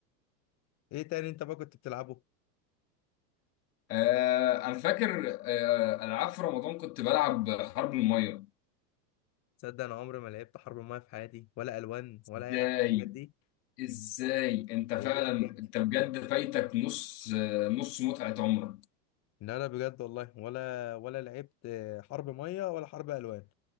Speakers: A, on the left (about 35°); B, on the left (about 70°).
A: ايه تاني انت بقى كنت بتلعبه
B: آه انا فاكر آه العاب في رمضان كنت بلعب حرب الميه
A: تصدق انا عمري ما لعبت حرب المايه في حياتي ولا الوان
B: ازاي
A: ولا اي حاجه من الحاجات دي
B: ازاي انت فعلا
A: والله بجد
B: انت بجد فايتك نص آه، نص متعه عمرك
A: لا لا بجد والله ولا ولا لعبت حرب ميه ولا حرب الوان